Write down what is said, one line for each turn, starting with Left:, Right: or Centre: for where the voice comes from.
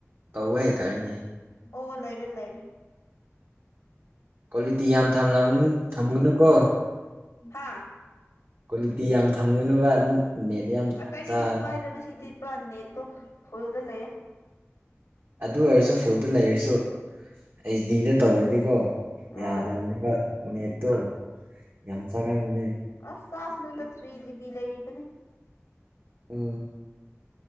Right: ꯇꯧꯕ ꯍꯩꯇꯕꯩꯅꯦ꯫
Left: ꯑꯣ ꯂꯩꯔꯦ ꯂꯩꯔꯦ꯫
Right: ꯀ꯭ꯋꯥꯂꯤꯇꯤ ꯌꯥꯝ ꯊꯝꯂꯝ ꯊꯝꯒꯅꯨꯀꯣ꯫
Left: ꯍꯥꯥ
Right: ꯀ꯭ꯋꯥꯂꯤꯇꯤ ꯌꯥꯝ ꯊꯝꯒꯅꯨꯕ ꯅꯦꯠ ꯌꯥꯝ
Left: ꯑꯁ ꯑꯩꯗꯤ
Right: ꯆꯥꯕꯅꯦ
Left: ꯀꯩꯁꯨ ꯀꯥꯏꯗꯦ ꯉꯁꯤꯗꯤ ꯄꯨꯔꯥ ꯅꯦꯠꯇꯣ ꯐꯨꯜꯗ ꯂꯩꯌꯦ꯫
Right: ꯑꯗꯨ ꯑꯣꯏꯔꯁꯨ ꯐꯨꯜꯗ ꯂꯩꯔꯁꯨ ꯑꯩꯁ ꯗꯤꯗ ꯇꯧꯔꯗꯤꯀꯣ
Left: ꯑꯥ
Right: ꯌꯥꯗꯕꯅꯤꯕ꯫ ꯅꯦꯠꯇꯣ ꯌꯥꯝ ꯆꯪꯒꯟꯕꯅꯦ꯫
Left: ꯑꯁ ꯆꯥꯁꯅꯨꯗ ꯊ꯭ꯔꯤ ꯖꯤꯕꯤ ꯂꯩꯔꯤꯕꯅꯦ꯫
Right: ꯎꯝ